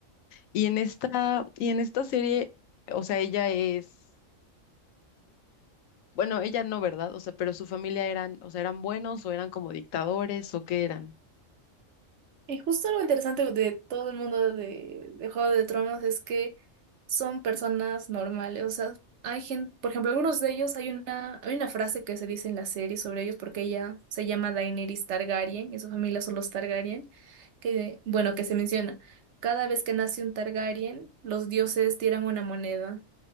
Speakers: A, on the left; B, on the right.
A: Y en esta, y en esta serie, o sea, ella es, bueno, ella no, ¿verdad? O sea, pero su familia eran, o sea, eran buenos o eran como dictadores o qué eran.
B: Y justo lo interesante de todo el mundo de, de Juego de Tronos es que son personas normales. O sea, hay gente, por ejemplo, algunos de ellos, hay una, hay una frase que se dice en la serie sobre ellos, porque ella se llama Daenerys Targaryen, y su familia son los Targaryen, que, bueno, que se menciona. Cada vez que nace un Targaryen, los dioses tiran una moneda,